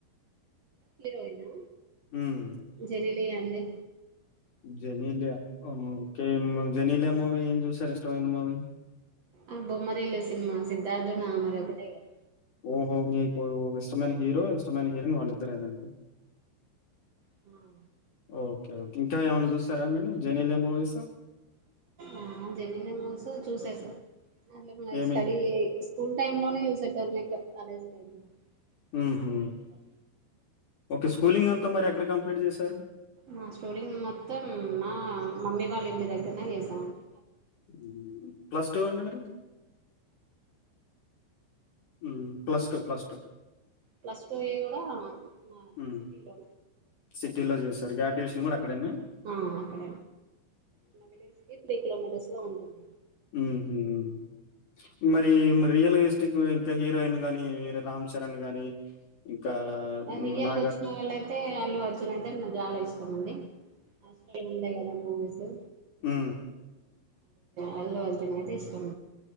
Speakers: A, on the right; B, on the left.
A: హీరోయినా
B: హ్మ్.
A: జెనీలి లియ అండి
B: జెనీలియ ఓకె జెనీలియ మూవి ఏం చూసారు ఇష్టమైన మూవి
A: ఆ బొమ్మరిల్లు సినిమా సిద్ధార్థు ఆమెదొకటే కదా
B: ఓహో మీకు ఇష్టమైన హీరో ఇష్టమైన హీరోయిన్ వాళ్ళిద్దరేనా
A: హా
B: ఓకే. ఇంకా ఏమైన్నా చూశారా మీరూ జెనీలియ మూవీస్
A: ఆ జెనీలియ మూస్ చూసేసా ఆల్రెడీ మై
B: ఏమి?
A: స్టడీ స్ స్కూల్ టైంలోనే చూసెటోల్లం అట్ట కాలేజ్ టైంలో
B: హుహు.
A: తర్వాత
B: ఓకే స్కూలింగ్ అంతా మరి ఎక్కడ కంప్లీట్ చేశారు
A: మా స్టోరీని మొత్తం మా మమ్మీ వాళ్ళ ఇంటి దగ్గరనే చేసానండి.
B: హ్మ్ ప్లస్ టూ అండి మరీ హ్మ్ plus two plus two
A: plus two ఏ కూడా మా
B: హ్మ్
A: సిటీలో
B: సిటీలో చేశారు గాడ్యుయేషన్ కూడా అక్కడేనా
A: ఆ అక్కడే మా విలేజ్ కి త్రీ కిలోమీటర్స్ లో ఉంటుంది
B: <unintelligible> మరి మరి రియలిస్టిక్ ఇంకా హీరోయిన్ గాని వేరే రామ్ చరణ్ గాని ఇంకా
A: అది
B: హ్మ్,
A: ఇయ్యలు
B: 'నాగార్జున'
A: వచ్చిన వాళ్ళ అయితే అల్లు అర్జున్ నాకు చాలా ఇష్టంమండి ఆ ఉంట కదా ముగసు
B: ఆ
A: అల్లు అర్జున్ అయితే ఇష్టం